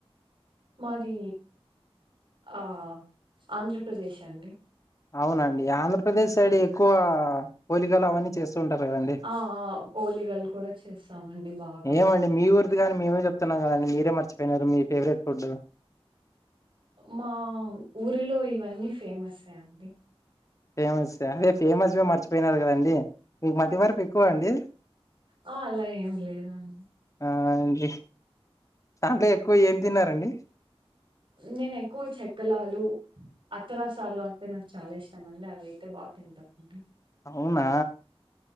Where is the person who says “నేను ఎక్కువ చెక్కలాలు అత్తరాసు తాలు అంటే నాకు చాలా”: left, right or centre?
Right